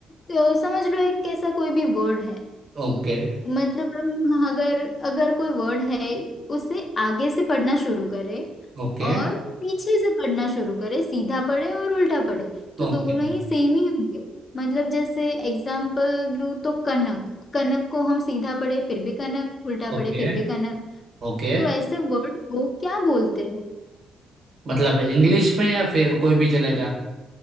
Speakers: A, on the left; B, on the right.
A: तो समझ लो एक कैसा कोई भी वर्ड है
B: Okay
A: मतलब हम अगर अगर कोई वर्ड है उसे आगे से पढ़ना शुरू करें
B: okay
A: और पीछे से पढ़ना शुरू करें सीधा पढ़े और उल्टा पढ़े तो
B: okay
A: दोनों ही सेम ही होंगे मतलब जैसे एग्जाम्पल दूं तो कनक कनक को हम सीधा पढ़े फिर भी कनक उल्टा
B: okay
A: पढ़े फिर भी कनक
B: okay
A: तो ऐसे वर्ड को क्या बोलते हैं
B: मतलब इंग्लिश में या फिर कोई भी चलेगा